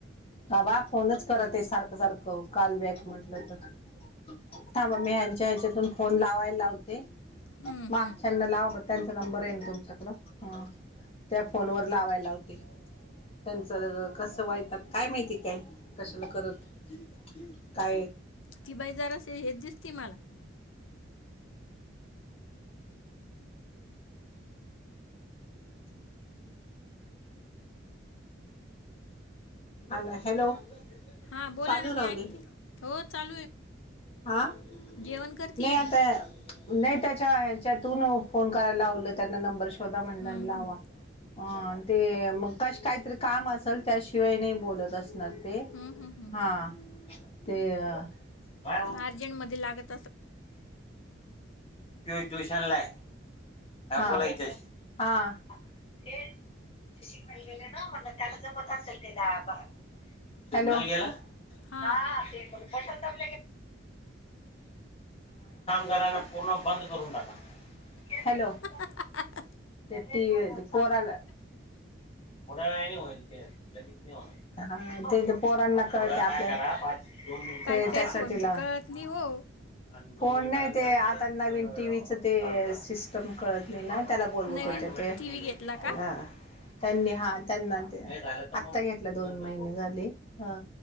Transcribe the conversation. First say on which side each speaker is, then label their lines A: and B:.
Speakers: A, on the left; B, on the left.
A: बाबा फोनच करत आहे सारखं सारखं काॉल बॅक म्हटलं तर <unintelligible> थांब मी ह्यांच्या ह्याच्यातून फोन लावायला लावते
B: हम्म,
A: माग
B: हम्म.
A: चाना लावा <unintelligible> त्यांचा नंबर आहे ना तुमच्याकडं ह त्या फोनवर लावायला लावते <unintelligible> त्यांच कसं वाटतात काय माहिती काय कशाला करत का
B: ती बाई जरास हेच दिसते मला <unintelligible>
A: हा ना हॅलो <unintelligible>
B: हा बोला
A: चालू
B: ना
A: राहू
B: मी
A: दे
B: ऐकती हो चालू.. <unintelligible>
A: हा <unintelligible>
B: जेवण करते
A: नाही
B: मी
A: आता
B: <unintelligible>
A: नाही त्याच्या ह्याच्यातून फोन करायला लावलं त्यांना नंबर शोधा म्हण
B: हम्म
A: लावा
B: हम्म
A: अ ते मघाशी काहीतरी काम असेल <unintelligible> शिवाय नाही बोलत असणार ते
B: हम्म हम्म हम्म
A: हा ते <unintelligible>
B: अर्जेंट मध्ये लागत.. <unintelligible>
A: तू ट्यूशन ला <unintelligible> हा <unintelligible> श गेले ना म्हण त्याला जमत असेल ते द <unintelligible>
B: हा
A: हाा ते बल तब गेरा <unintelligible> पूर्ण बंद करून टाका <unintelligible>
B: ह. ह. ह <unintelligible>
A: ते टी व पराला थोड वेळ होईल ते लग <unintelligible> हा ते ते पोरण काय कळतय <unintelligible>
B: काही
A: ते
B: काही
A: त्यासाठी
B: फोनचं
A: ला
B: कळत नाही हो
A: <unintelligible> फोन नाही ते आता नवीन टी व्हीच ते सिस्टम कळत <unintelligible> नाही नाही त्याला बोलवत
B: नवीन
A: होते ते <unintelligible>
B: टी व्ही घेतला का
A: ह त्यांनी हा त्यांना आत्ता घेतला दोन महिने झाले ह